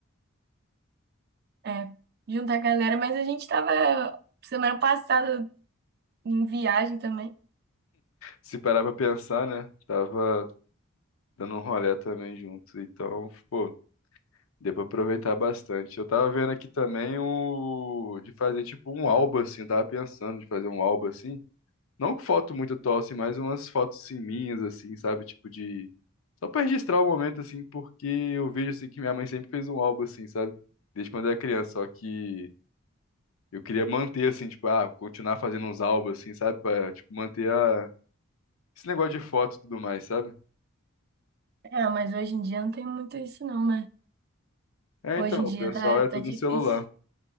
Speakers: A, on the right; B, on the left.
A: é, juntar a galera, mas a gente tava semana passada em viagem também.
B: Se parar pra pensar, né? Tava dando um rolê também junto, então, pô, deu pra aproveitar bastante. Eu tava vendo aqui também o de fazer tipo um álbum assim, eu tava pensando de fazer um álbum assim Não com foto muito atual, assim, mas umas fotos assim, minhas, assim, sabe? Tipo de. Só pra registrar o momento, assim, porque eu vejo assim que minha mãe sempre fez um álbum, assim, sabe? Desde quando eu era criança. Só que eu queria manter, assim, tipo, ah, continuar fazendo uns álbuns, assim, sabe? Pra, tipo, manter a... esse negócio de foto e tudo mais, sabe?
A: É, mas hoje em dia não tem muito isso não, né?
B: É,
A: Hoje
B: então,
A: em dia
B: o pessoal
A: tá,
B: é
A: tá
B: tudo
A: difícil.
B: no celular.